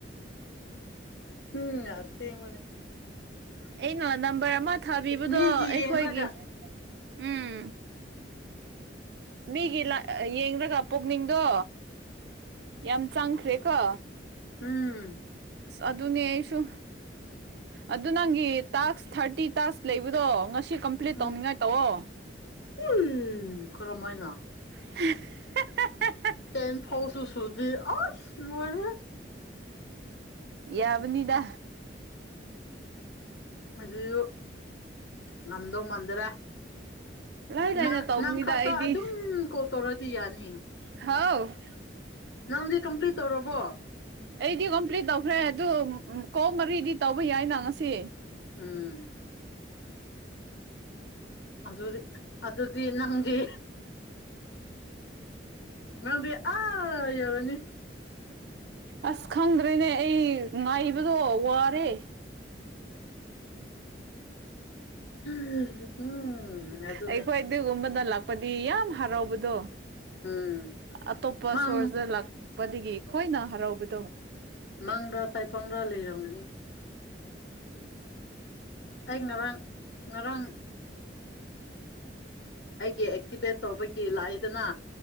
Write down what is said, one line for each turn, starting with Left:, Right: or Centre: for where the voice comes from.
Left: ꯎꯝꯁꯦꯡ ꯃꯅꯦ
Right: ꯑꯩꯅ ꯅꯝꯕꯔ ꯑꯃ ꯊꯥꯕꯤꯕꯗꯣ
Left: ꯃꯤꯒꯤ
Right: ꯑꯩꯈꯣꯏꯒꯤ
Left: ꯌꯦꯡꯂꯒ
Right: ꯎꯝ ꯃꯤꯒꯤ ꯂ ꯌꯦꯡꯕꯒ ꯄꯣꯛꯅꯤꯡꯗꯣ ꯌꯥꯝ ꯆꯥꯡꯈ꯭ꯔꯦꯀꯣ
Left: ꯎꯝ
Right: ꯑꯗꯨ ꯑꯗꯨꯅꯤꯁꯨ ꯑꯗꯨ ꯅꯪꯒꯤ ꯇꯥꯛꯁ ꯊꯥꯔꯇꯤ ꯇꯥꯛꯁ ꯂꯩꯕꯗꯣ ꯉꯁꯤ ꯀꯝꯄ꯭ꯂꯤꯠ
Left: ꯎꯝ
Right: ꯇꯧꯅꯤꯡꯉꯥꯏ ꯇꯧꯑꯣ
Left: ꯎꯝ ꯀꯔꯝ ꯍꯥꯏꯅ
Right: <inaudible>
Left: ꯇꯦꯟ ꯐ ꯐꯥꯎꯁꯨ ꯁꯤ ꯑꯁ ꯂꯨꯔꯦ
Right: ꯌꯥꯕꯅꯤꯗꯥ
Left: ꯑꯗꯨꯁꯨ ꯉꯝꯗꯧ ꯃꯥꯟꯗ꯭ꯔꯦ
Right: ꯂꯥꯏ ꯂꯥꯏꯅ
Left: ꯅꯪ
Right: ꯇꯧꯕꯅꯤꯗ
Left: ꯅꯪ ꯈꯥꯛꯛꯇ
Right: ꯑꯩꯗꯤ
Left: ꯑꯗꯨꯝ ꯀꯣꯜ ꯇꯧꯔꯛꯗꯤ ꯌꯥꯅꯤꯌꯦ
Right: ꯍꯥꯎ
Left: ꯅꯪꯗꯤ ꯀꯝꯄꯂꯤꯠ ꯇꯧꯔꯕꯔꯕꯣ
Right: ꯑꯩꯗꯤ ꯀꯝꯄ꯭ꯂꯤꯠ ꯇꯧꯈ꯭ꯔꯦ ꯑꯗꯨ ꯀꯣꯛ ꯃꯔꯤꯗꯤ ꯇꯧꯕ ꯌꯥꯏꯅ ꯉꯁꯤ
Left: ꯎꯝ ꯑꯗꯨꯗꯤ ꯑꯗꯨꯗꯤ ꯅꯪꯗꯤ ꯉꯪꯗꯤꯦ ꯑ ꯌꯎꯔꯅꯤ
Right: ꯑꯁ ꯈꯪꯗ꯭ꯔꯦꯅꯦ ꯑꯩ ꯉꯥꯏꯕꯗꯣ ꯋꯥꯔꯦ
Left: ꯎꯝ ꯑꯗꯨꯅꯦ
Right: ꯑꯩꯈꯣꯏ ꯑꯗꯨꯒꯨꯝꯕꯗ ꯂꯥꯛꯄꯗꯤ ꯌꯥꯝ ꯍꯔꯥꯎꯕꯗꯣ
Left: ꯎꯝ
Right: ꯑꯇꯣꯞꯄ
Left: ꯃꯪ
Right: ꯁꯣꯔꯁꯤꯗ ꯂꯥꯛꯄꯗꯒꯤ ꯈꯣꯏꯅ ꯍꯔꯥꯎꯕꯗꯣ
Left: ꯃꯪꯔꯥ ꯇꯥꯏꯄꯪꯔꯥ ꯂꯩꯔꯝꯒꯅꯤ ꯑꯩ ꯉꯔꯥꯡ ꯉꯔꯥꯡ ꯑꯩꯒꯤ ꯑꯦꯛꯇꯤꯚꯦꯠ ꯇꯧꯕꯒꯤ ꯂꯥꯏ ꯗꯅ